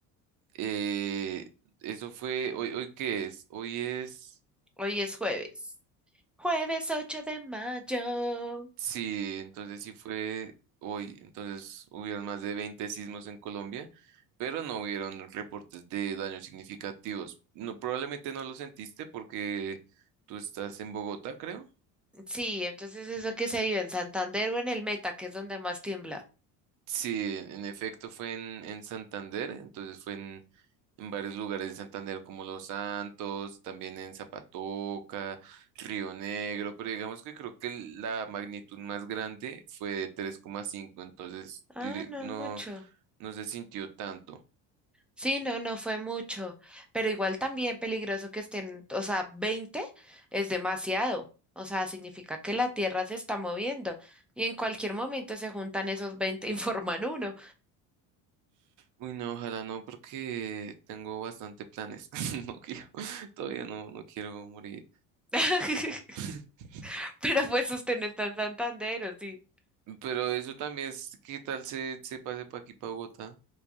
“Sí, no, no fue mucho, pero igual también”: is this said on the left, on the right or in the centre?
Centre